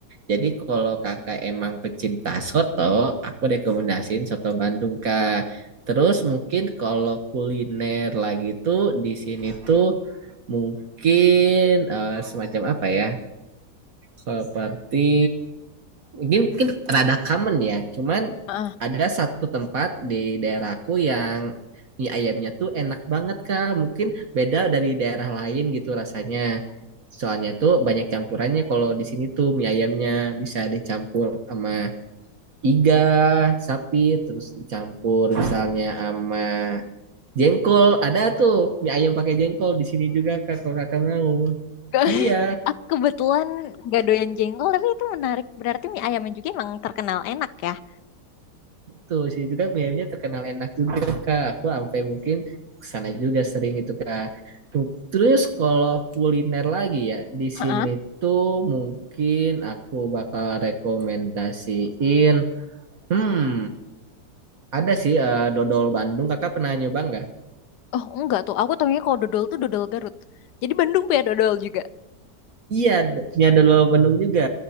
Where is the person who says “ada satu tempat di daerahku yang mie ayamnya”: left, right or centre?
Right